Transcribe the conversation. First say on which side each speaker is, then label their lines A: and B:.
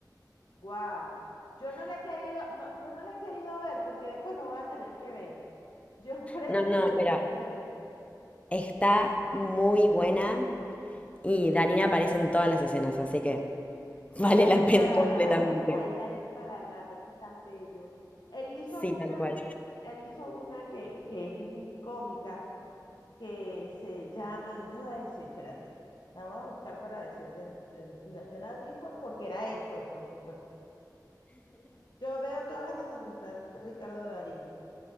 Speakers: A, on the left (about 80°); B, on the left (about 20°).
A: Wow. Yo no la he querido, no, yo no la he querido ver porque después no voy a tener que ver. Yo por eso
B: No, no,
A: no la he
B: pero
A: querido ver.
B: está muy buena y Darina aparece en todas las escenas, así que vale
A: Ay, Darín
B: la pena
A: para
B: completamente.
A: rato, <laughs> ay, Darín para rato, es que es tan bello. Él hizo
B: Sí,
A: una,
B: tal cual.
A: él hizo una que, que es mm, cómica que se llama, yo te voy a decir, espérate, la voy a buscar para decirte, el- el- la- yo la vi por, porque era él, pues, por supuesto. Yo veo todas las donde está Ricardo Darín.